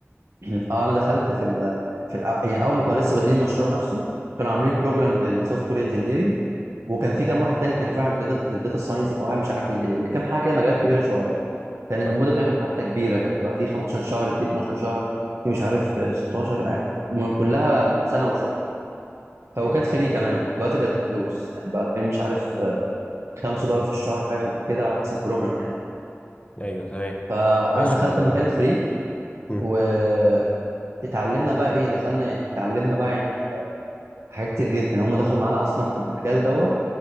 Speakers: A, on the right; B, on the left.
A: <coughs> <clears throat> اه انا دخلت في ال في الأ- يعني اول ما كانوا لسه بادئين المشروع نفسه كانوا عاملين بروجرام للسوفت وير انجينيرنج وكان في كام واحد تاني كان في واحد للداتا ساينس وكان واحد مش عارف ل- لكام حاجه كده مجالات كبيره شويه كان
B: اه
A: المده بتاعتهم حتى كبيره كانت بتبقى في 15 شهر في 12 شهر في مش عارف آه، 16 آه، م- كلها بين سنه وشويه فوكات
B: مم.
A: فري كمان دلوقتي بقت فلوس يعني بقى تقريبا مش عارف آه، 5 دولار في الشهر حاجه شبه كده على حسب بروجرام يعني
B: ايوه تمام
A: فانا
B: ماشي
A: دخلت
B: هبقى
A: لما كانت فري
B: مم.
A: واتعلمنا بقى ايه دخلنا يعني اتعلمنا بقى يعني آه، حاجات كتير جدا هم دخلوا معانا اصلا في المجال دوت